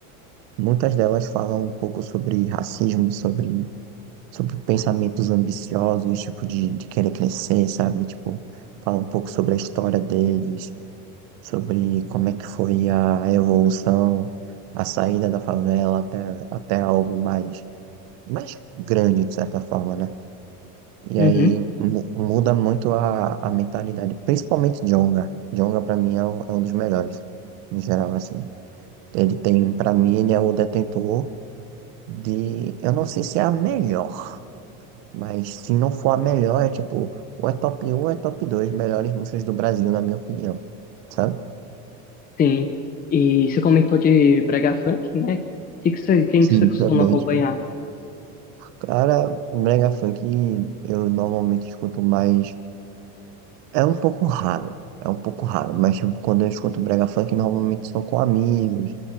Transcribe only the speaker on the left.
Uhum.
Sim. E você comentou de brega funk, né? Que que você, quem
que você costuma
acompanhar?